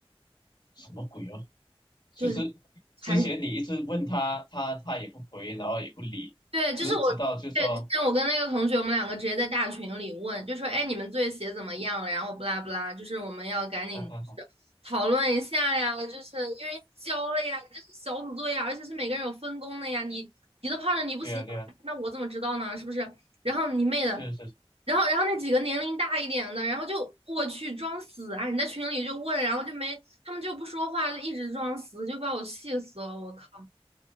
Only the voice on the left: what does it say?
什么鬼哦？就是
之前你一直问他，他他也不回，然后也不理，
直直到就说，
啊哈哈，
对呀对呀，
是是